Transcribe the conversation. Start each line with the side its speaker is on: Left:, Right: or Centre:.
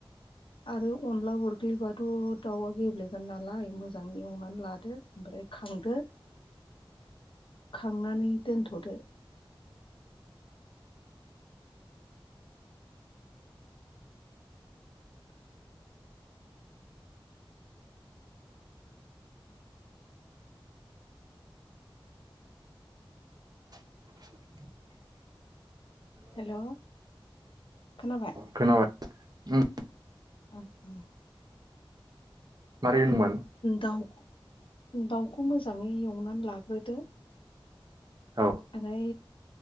Left: आरो अनला उरग्लिबाथ' दाउआ गेब्लेगोन नालाय मोजां एवनानै लादो ओमफ्राय खांदो
Right: <inaudible>
Left: खांनानै दोनथ'दो
Right: <unintelligible>
Left: हेल' खोनाबाय
Right: खोनाबाय उम
Left: अ अ
Right: मारै होनदोंमोन
Left: दाउ दाउखौ मोजाङै एवनानै लाग्रोदो
Right: औ
Left: ओमफ्राय